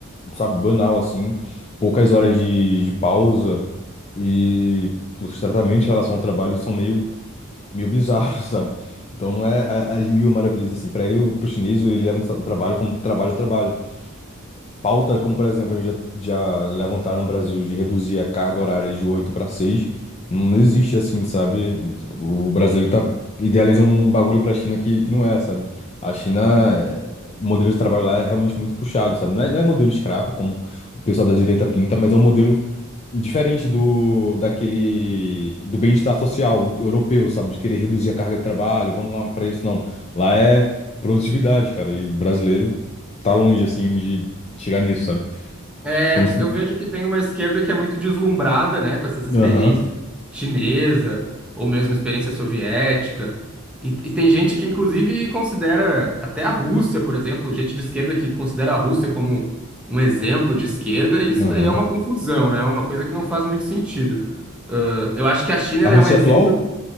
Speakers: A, on the left; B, in the centre.
A: sabe, banal, assim, poucas horas de de pausa e os tratamentos em relação ao trabalho são meio, meio bizarros, <laughs> sabe? Então não é a- as mil maravilhas assim. Para ele, o- pro chinês, ele leva o trabalho como trabalho, trabalho. Pautas como, por exemplo, a gente já, já levantaram no Brasil de reduzir a carga horária de 8 para seis Não, não existe assim, sabe? O brasileiro tá, idealiza um bagulho para a China que, que não é, sabe? A China, é- o modelo de trabalho lá é realmente muito puxado, sabe? Não é, não é modelo escravo, como o pessoal da direita pinta, mas é um modelo Diferente do daquele do bem-estar social europeu, sabe? De querer reduzir a carga de trabalho, vamos lá para isso, não. Lá é produtividade, cara, e o brasileiro tá longe assim de chegar nisso, sabe?
B: É,
A: Quando...
B: eu vejo que tem uma esquerda que é muito deslumbrada, né, com essas experiências
A: Aham,
B: chinesa ou mesmo experiência soviética. E, e tem gente que, inclusive, considera até a Rússia, por exemplo, gente de esquerda que considera a Rússia como um exemplo de esquerda, e isso
A: aham.
B: daí é uma confusão, né? É uma coisa que não faz muito sentido. Ah, eu acho que a China
A: A
B: ela
A: Rússia
B: é um exemplo.
A: atual?